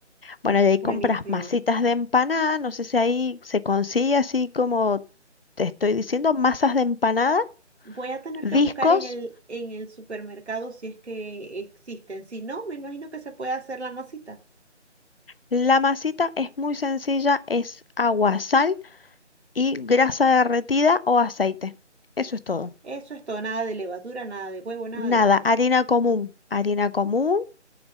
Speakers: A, on the left (about 50°); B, on the right (about 65°).
A: Bueno, y ahí
B: Buenísimo.
A: compras masitas de empanada, no sé si ahí se consigue así como te estoy diciendo, masas de empanada,
B: Voy a tener
A: discos.
B: que buscar en el, en el supermercado si es que existen. Si no, me imagino que se puede hacer la masita.
A: La masita es muy sencilla, es agua, sal y grasa derretida o aceite. Eso es todo.
B: Eso es todo, nada de levadura, nada de huevo, nada
A: Nada,
B: de eso.
A: harina común, harina común,